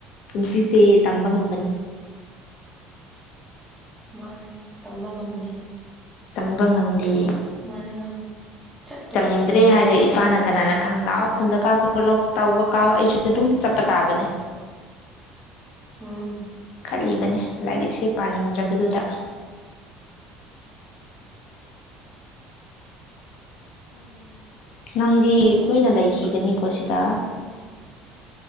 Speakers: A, on the left; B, in the centre.
A: ꯅꯨꯡꯁꯤꯁꯦ ꯇꯝꯕ ꯉꯝꯕꯅꯤ
B: ꯃꯥꯅꯦ ꯇꯝꯕ ꯉꯝꯗꯦ
A: ꯇꯝꯕ ꯉꯝꯗꯤ
B: ꯃꯥꯅꯦ ꯃꯥꯅꯦ ꯆꯠꯇꯣꯔꯤꯕꯅꯤ
A: ꯆꯝꯅꯤꯡꯗ꯭ꯔꯦ ꯍꯥꯏꯔ ꯏꯄꯥꯅ ꯀꯅꯥꯅ ꯈꯪ ꯂꯥꯛꯑꯣ ꯈꯨꯟꯗ ꯀꯥꯈ꯭ꯔꯣ ꯇꯧꯕ ꯀꯥꯎꯑꯣ ꯑꯩꯁꯨ ꯑꯗꯨꯝ ꯆꯠꯄ ꯇꯥꯕꯅꯦ
B: ꯑꯝ
A: ꯈꯜꯂꯤꯕꯅꯦ ꯂꯥꯏꯔꯤꯛꯁꯦ ꯄꯥꯅꯤꯡꯗ꯭ꯔꯕꯗꯨꯗ ꯅꯪꯗꯤ ꯀꯨꯏꯅ ꯂꯩꯈꯤꯒꯅꯤꯀꯣ ꯁꯤꯗ